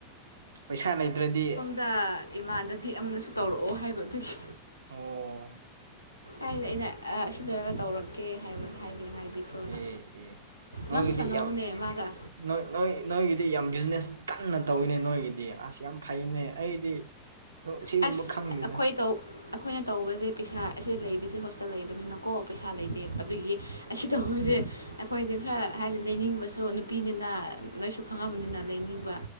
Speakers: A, on the right (about 70°); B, on the left (about 85°).
A: ꯄꯩꯁꯥ ꯂꯩꯇ꯭ꯔꯗꯤ
B: ꯇ ꯏꯃꯥꯟꯅꯕꯤ ꯑꯃꯅꯁꯨ ꯇꯧꯔꯛꯑꯣ ꯍꯥꯏꯕ ꯑꯗꯨꯒꯤ
A: ꯑꯣ
B: ꯍꯥꯏꯗ ꯑꯩꯅ ꯑ ꯑꯁꯤ ꯂꯣꯏꯔꯒ ꯇꯧꯔꯛ ꯀꯦ ꯍꯥꯏꯕꯟ
A: ꯎꯝ
B: ꯍꯥꯏꯕꯤ ꯍꯥꯏꯕꯤꯈ꯭ꯔꯣꯅ
A: ꯑꯦ ꯑꯦ ꯅꯣꯏꯒꯤꯗꯤ
B: ꯅꯪꯁꯨ ꯁꯥꯟꯅꯧꯅꯦ
A: ꯌꯥꯝ
B: ꯃꯥꯒ
A: ꯅꯣꯏ ꯅꯣꯏ ꯅꯣꯏꯒꯤꯗꯤ ꯌꯥꯝ ꯕꯤꯖꯤꯅꯦꯁ ꯀꯟꯅ ꯇꯧꯋꯤꯅꯦ ꯅꯣꯏꯒꯤꯗꯤ ꯑꯁ ꯌꯥꯝ ꯐꯩꯅꯦ ꯑꯩꯗꯤ ꯗꯨ ꯑꯁꯤꯒꯨꯝꯕ
B: ꯑꯁ
A: ꯈꯪꯗꯦꯗ
B: ꯑꯩꯈꯣꯏ ꯇꯧ ꯑꯩꯈꯣꯏꯅ ꯇꯧꯕꯖꯦ ꯄꯩꯁꯥ ꯑꯁꯤꯗ ꯂꯩꯕꯖꯦ ꯍꯣꯁꯇꯦꯜ ꯂꯩꯕꯅꯤꯅꯀꯣ ꯄꯩꯁꯥ ꯂꯩꯇꯦ ꯑꯗꯨꯒꯤ ꯑꯁꯤ ꯇꯧꯕꯖꯦ ꯑꯩꯈꯣꯏꯗ ꯈꯔ ꯍꯥꯏꯕꯗꯤ ꯂꯩꯅꯤꯡꯕꯁꯨ ꯅꯨꯄꯤꯅꯤꯅ ꯅꯣꯏꯁꯨ ꯈꯪꯉꯝꯃꯅꯤꯅ ꯂꯩꯅꯤꯡꯕ